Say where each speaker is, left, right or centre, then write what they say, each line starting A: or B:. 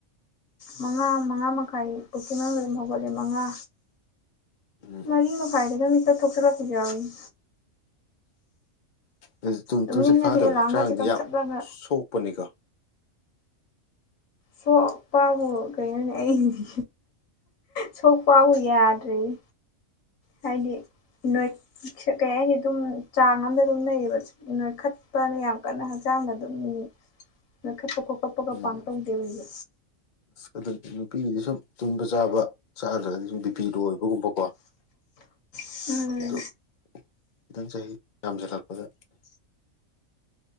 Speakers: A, on the left; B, on the left.
A: ꯃꯉꯥ ꯃꯉꯥ ꯃꯈꯥꯏ ꯄꯨꯛꯀꯤ ꯃꯅꯨꯡꯗ ꯑꯗꯨꯝ ꯍꯧꯒꯠꯂꯦ ꯃꯉꯥ
B: ꯎꯝ
A: ꯃꯔꯤ ꯃꯈꯥꯏꯗꯒ ꯃꯤꯠꯀꯞ ꯊꯣꯛꯆꯜꯂꯛꯄꯁꯨ ꯌꯥꯎꯏꯅ
B: ꯎ ꯑꯗꯨ
A: ꯇꯨꯝꯅꯤꯡꯉꯗꯤ
B: ꯇꯨꯝꯁꯤꯠ ꯐꯥꯗꯕ
A: ꯑꯦꯂꯥꯝꯒꯁꯦ
B: ꯍꯛꯆꯥꯡꯗꯤ
A: ꯀꯛꯊꯠꯂꯒ
B: ꯌꯥꯝ ꯁꯣꯛꯄꯅꯤꯀꯣ
A: ꯁꯣꯛ ꯄꯕꯨ ꯀꯩꯅꯣꯅꯦ ꯑꯩꯗꯤ ꯁꯣꯛ ꯄꯕꯨ ꯌꯥꯗ꯭ꯔꯦꯏ ꯍꯥꯏꯗꯤ ꯅꯣꯏꯁ ꯀꯩ ꯍꯥꯏꯅꯤ ꯑꯗꯨꯝ ꯆꯥꯡ ꯑꯃꯗ ꯑꯗꯨꯝ ꯂꯩꯌꯦꯕ ꯅꯣꯏꯈꯠꯄꯅ ꯌꯥꯝ ꯀꯟꯅ ꯍꯛꯆꯥꯡꯗ ꯑꯗꯨꯝ ꯅꯣꯏꯈꯠꯄ ꯈꯣꯀꯞꯄꯒ
B: ꯎꯝ
A: ꯄꯥꯛ ꯇꯧꯗꯦꯕ ꯑꯩꯗꯤ
B: ꯑꯁ ꯑꯗꯨ ꯅꯨꯄꯤꯒꯤꯗꯤ ꯁꯨꯝ ꯇꯨꯝꯕ ꯆꯥꯕ ꯆꯥꯗ꯭ꯔꯒꯗꯤ ꯁꯨꯝ ꯕꯤꯄꯤ ꯂꯣ ꯑꯣꯏꯕꯒꯨꯝꯕꯀꯣ ꯑ
A: ꯑꯩꯗꯤ
B: ꯗꯨ ꯈꯤꯇꯪ ꯆꯍꯤ ꯌꯥꯝꯖꯜꯂꯛꯄꯗ